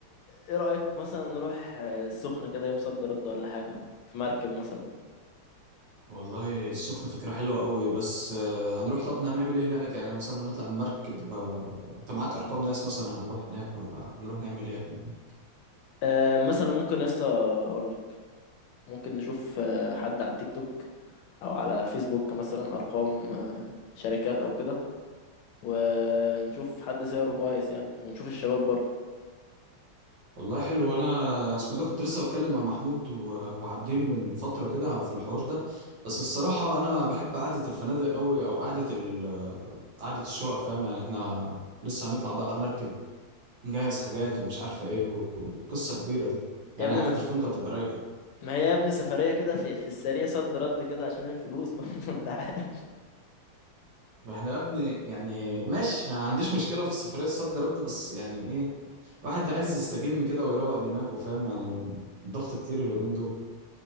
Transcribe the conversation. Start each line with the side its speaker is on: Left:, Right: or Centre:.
Left: ايه رأيك مثلا نروح آه، السخنة كده يوم صد رد ولا حاجة في مركب مثلا
Right: والله السخنة فكرة حلوة قوي بس آه، هنروح طب هنعمل ايه هناك يعني مثلا هنطلع مركب آه، انت معاك ارقام ناس مثلا هنروح هناك ولا هنروح نعمل ايه يا ابني؟
Left: آه، مثلا ممكن يا اسطى اقول لك ممكن نشوف آه، حد على التيك توك او على الفيسبوك مثلا ارقام آه، شركات او كده ونشوف حد سعره كويس يعني ونشوف الشباب برضه
Right: والله حلو وانا اسمه ده كنت لسه بتكلم مع محمود و- وعابدين من فتره كده في الحوار ده بس الصراحه انا بحب قعده الفنادق قوي او قعده ال قعده الشقق فاهم يعني احنا لسه هنطلع بقى مركب نجهز حاجات ومش عارفه ايه وقصه كبيره دي يعني
Left: يا ابني
Right: قعده الفندق هتبقى رايقه
Left: ما هي يا ابني سفرية كده في في السريع صد رد كده عشان الفلوس برضه <laughs> انت عارف
Right: ما احنا يا ابني يعني ماشي أنا ما عنديش مشكله في السفريه الصد رد بس يعني ايه الواحد عايز يستجم كده ويروق دماغه فاهم يعني الضغط كتير اليومين دول